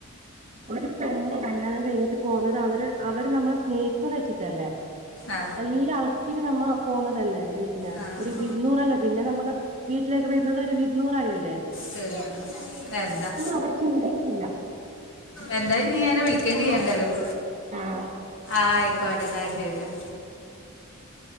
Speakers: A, on the right (about 30°); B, on the left (about 55°).
A: ഒരു പെണ്െ കല്യാണം കഴിഞ്ഞിട്ട് പോുന്നത് അവര് അവര് നമ്മളെ സ്നേഹിക്കന്ന് വെച്ചിട്ടല്ലേ
B: ആ
A: എല്ലാം അളക്കിട്ട് നമ്മ പോന്നതല്ലേ വീട്ടിനെ
B: ആ
A: ഒരു
B: ആ.
A: വിരുന്നൂറല്ലേ പിന്നെ നമ്മുക്ക് വീട്ടിലേക്ക് വരുന്നത് ഒരു വിരുന്നൂറായില്ലേ
B: പിന്ന എന്താ
A: അവർ ചിന്തിക്കില്ല
B: എന്തായും നീെ വിള നക്കേണ്ടി എന്തായാലും
A: ആഹ്
B: ആയി കടനാ ശരി
A: ഉ